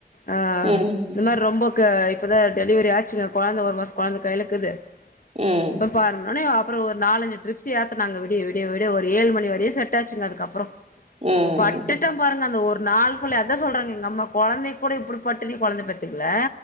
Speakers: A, on the left; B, on the right.
A: ஆஆ
B: ம்
A: இந்த மாரி ரொம்போ க இப்பதா டெலிவிரி ஆச்சுங்க கொழந்த ஒரு மாசோ கொழந்த கைலக்குது
B: ம்
A: போய் பாருங்கன்னு அப் அப்பறோ ஒரு நாலஞ்சு ட்ரிப்ஸ் ஏத்தனாங்க விடிய விடிய விடிய ஒரு ஏழு மணி வரையு செட்டாச்சுங்க அதுக்கப்பறோ
B: ம்
A: பட்டுட்ட பாருங்க அந்த ஒரு நாள் ஃபுல்லா அதா சொல்றங்க எங்க அம்மா கொழந்தையக்கூட இப்டி பட்டுனே கொழந்த பெத்துக்கள